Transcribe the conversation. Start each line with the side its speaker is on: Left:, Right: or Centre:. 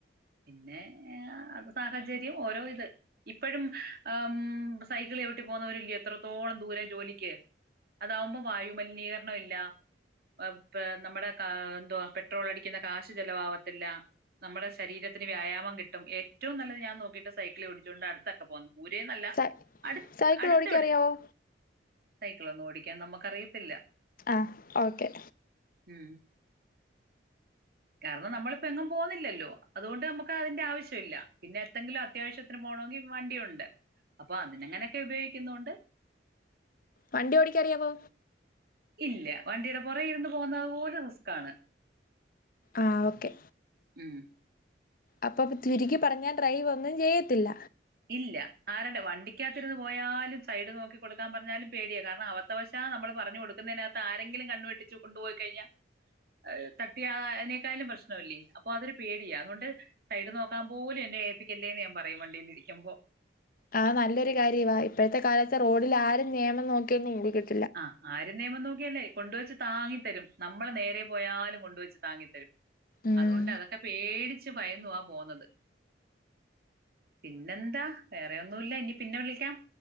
Right: പിന്നെ ഏഹ് സാഹചര്യം ഓരോ ഇത്. ഇപ്പോഴും ആഹ് സൈക്കിള് ചവിട്ടി പോന്നവർ ഇല്ല്യേ എത്രത്തോളം ദൂരെ ജോലിക്ക്. അതാകുമ്പോ വായുമലിനീകരണം ഇല്ല. അപ് പേ നമ്മുടെ കാ എന്തുവാ പെട്രോൾ അടിക്കുന്ന കാശ് ചിലവ് ആകത്തില്ല. നമ്മുടെ ശരീരത്തിന് വ്യായാമം കിട്ടും, ഏറ്റവും നല്ലത് ഞാൻ നോക്കിട്ട് സൈക്കിള് ഓടിച്ചോണ്ട് അടുത്തൊക്കെ പോവാം. ദൂരെന്ന് അല്ല
Left: സ
Right: അടു
Left: സൈക്കിൾ
Right: അടുത്ത
Left: ഓടിക്കാൻ
Right: ഇവിടെ.
Left: അറിയാവോ
Right: സൈക്കളിയെന്നും ഓടിക്കാൻ നമുക്ക് അറിയത്തില്ല.
Left: ആഹ് ഓക്കേ.
Right: ഉം കാരണം നമ്മള് ഇപ്പൊ എങ്ങും പോന്നില്ലല്ലോ, അതുകൊണ്ട് നമുക്ക് അതിന്റെ ആവശ്യവില്ല പിന്നെ എന്തെങ്കിലും അത്യാവശ്യം. പിന്നെ പോണോങ്കിൽ വണ്ടിയുണ്ട്, അപ്പൊ അതിന് അങ്ങനെ ഒക്കെ ഉപയോഗിക്കുന്നെണ്ട്.
Left: വണ്ടി ഓടിക്കാൻ അറിയാവോ?
Right: ഇല്ല വണ്ടിയുടെ പുറകിൽ ഇരുന്ന് പോകുന്നതുപോലും റിസ്ക് ആണ്.
Left: ആഹ് ഓക്കേ
Right: ഉം
Left: അപ്പൊ ചുരുക്കി പറഞ്ഞാൽ ഡ്രൈവ് ഒന്നും ചെയ്യത്തില്ല.
Right: ഇല്ല ആരുടെ വണ്ടിയ്ക്കാത്തിരുന്ന് പോയാലും സൈഡ് നോക്കി കൊടുക്കാൻ പറഞ്ഞാലും പേടിയാ, കാരണം അവർ. അപത്തവശാൽ നമ്മള് പറഞ്ഞു കൊടുക്കുന്നതിനകത്ത് ആരെങ്കിലും കണ്ണ് വെട്ടിച്ച് കൊണ്ടുപോയി കഴിഞ്ഞാൽ. ഏഹ് തട്ടിയ ആഹ് അയിനേക്കാലും പ്രശ്നവല്ലേ, അപ്പൊ അതൊരു പേടിയാ അതുകൊണ്ട്. സൈഡ് നോക്കാൻ പോലും എന്നെ ഏൽപ്പിക്കല്ലേന്ന് ഞാൻ പറയും വണ്ടിലിരിക്കുമ്പോ.
Left: ആഹ് നല്ലൊരു കാര്യവാ ഇപ്പോഴത്തെ കാലത്ത് റോഡിൽ ആരും നിയമം നോക്കിയൊന്നും ഓടിക്കത്ത
Right: ആഹ് ആരും നിയമം നോക്കിയല്ലേ കൊണ്ടുവെച്ച് താങ്ങിത്തരും നമ്മള് നേരെ പോയാലും കൊണ്ടുവച്ച് താങ്ങിത്തരും.
Left: ഉം
Right: അതുകൊണ്ട് അതൊക്കെ പേടിച്ച് ഭയനുവാ പോന്നത്. പിന്നെന്താ വേറെ ഒന്നുവില്ല ഇനി പിന്നെ വിളിക്കാം.